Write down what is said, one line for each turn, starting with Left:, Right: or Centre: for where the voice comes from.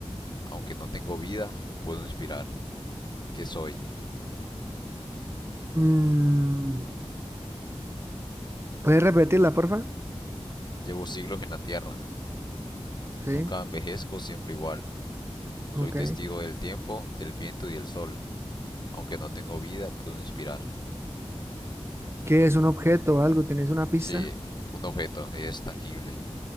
Left: Aunque no tengo vida, puedo inspirar. ¿Qué soy?
Right: Mm, ¿puedes repetirla, porfa?
Left: Llevo siglos en la tierra. Nunca
Right: Sí,
Left: envejezco, siempre igual. Soy
Right: ok.
Left: testigo del tiempo, del viento y del sol. Aunque no tengo vida, puedo inspirar.
Right: ¿Qué es un objeto o algo? ¿Tenés una pista?
Left: Sí, un objeto es tangible.